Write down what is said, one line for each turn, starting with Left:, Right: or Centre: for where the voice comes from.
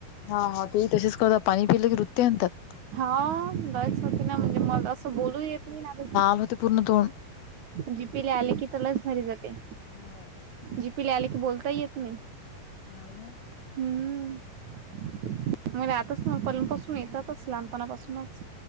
Left: हा हा ते तसेच करतात पाणी पिलं की वृत्य आणतात.
Right: हा लयच होते ना म्हणजे म असं बोलू येत मी ना
Left: मला ते पूर्ण तो
Right: जीपीले आले की त्या लच भरी जाते.
Left: हो
Right: जीपीला आले की बोलता येत नाही.
Left: <unintelligible>
Right: हम्म, मला आतच ना पलंतपासून येतातच लहान पणा पासूनच